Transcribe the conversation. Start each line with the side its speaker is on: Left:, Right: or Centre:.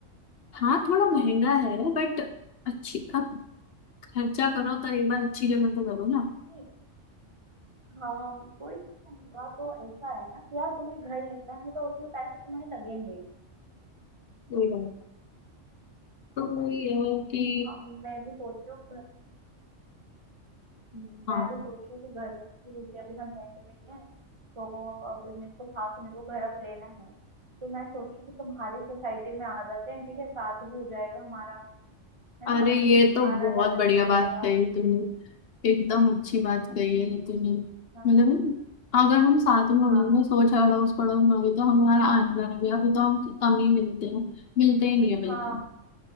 Left: हाँ थोड़ा महंगा है बट अच्छी आप खर्चा करो तो एक बार अच्छी जगह तो करो ना
Right: नहीं हाँ कोई नहीं महंगा तो ऐसा है ना कि यार तुम्हें घर लेना है तो उसमें पैसे तुम्हें लगेंगे ही।
Left: कोई बात नहीं। तो ये है कि
Right: हाँ मैं भी सोच रही हूँ घर मैं
Left: हाँ
Right: भी सोच रही हूँ कि घर लेने की क्योंकि अभी हम रेंट में ही हैं तो अभी मेरे को था कि मेरे को घर अब लेना है तो मैं सोचू कि तुम्हारी सोसाइटी में आ जाते हैं ठीक है साथ भी हो जाएगा हमारा है
Left: अरे
Right: ना
Left: ये तो बहुत
Right: आना जाना
Left: बढ़िया
Right: भी लगा
Left: बात
Right: रहेगा
Left: कही तूने एकदम अच्छी बात कही है तूने
Right: हाँ
Left: मतलब अगर हम साथ में होंगे
Right: हाँ
Left: सोच अड़ोस पड़ोस में होगी तो हमारा आने जाना भी अभी तो हम कम ही मिलते हैं मिलते ही नहीं है बिल्कुल
Right: हाँ